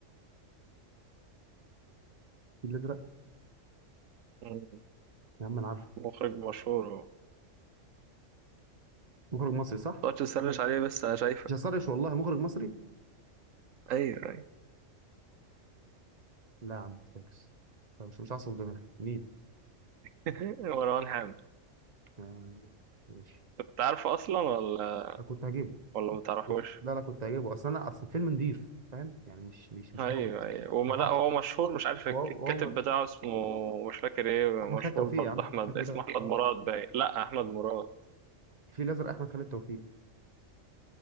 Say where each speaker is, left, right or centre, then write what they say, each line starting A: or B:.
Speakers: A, on the right (about 35°); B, on the right (about 80°).
A: الفيل الازرق
B: مم،
A: يا عم انا عارفه
B: مخرج مشهور هو
A: مخرج مصري صح
B: متقعدش تسرش عليه بس انا شايفك
A: مش هسرش والله مخرج مصري
B: ايوه ايوه
A: لا يا عم فاكس طب مش مش هعصب دماغي مين
B: <laughs> مروان حامد
A: آه، ماشي
B: كنت عارفه اصلا ولا
A: أنا كنت هجيبه
B: ولا
A: كنت
B: متعرفوش
A: كنت- لا لا كنت هجيبه اصل انا اصل الفيلم نضيف فاهم يعني مش مش مش
B: ايوه
A: هابط
B: ايوه وما
A: اها
B: لا هو مشهور مش عارف الك-
A: وهو
B: الكاتب
A: وهو-
B: بتاعه اسمه مش فاكر ايه
A: احمد
B: مشهور
A: خالد توفيق
B: برضه
A: يا عم
B: احمد
A: الكاتب
B: اسمه
A: ده
B: احمد
A: اه
B: مراد باين لا احمد مراد
A: الفيل الازرق احمد خالد توفيق